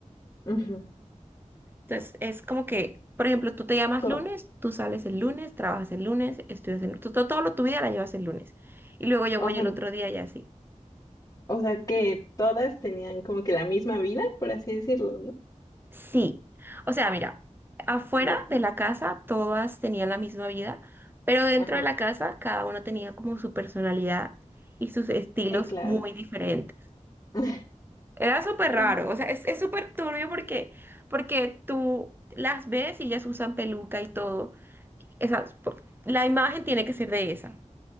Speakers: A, on the left; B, on the right.
A: ujú.
B: Entonces, es como que, por ejemplo, tú te llamas
A: Co-
B: lunes, tú sales el lunes, trabajas el lunes, estudias el lunes, todo, todo tu vida la llevas el lunes. Y luego yo
A: O
B: voy
A: sea,
B: el otro día y así.
A: o sea que todas tenían como que la misma vida, por así decirlo, ¿no?
B: Sí, o sea, mira, afuera
A: De,
B: de la casa todas tenían la misma vida, pero dentro
A: ajá.
B: de la casa cada una tenía como su personalidad y sus estilos
A: Sí, claro.
B: muy diferentes.
A: <laughs>
B: Era súper raro,
A: Ah,
B: o sea, es, es súper turbio porque, porque tú las ves y ellas usan peluca y todo. Esas, po- la imagen tiene que ser de esa,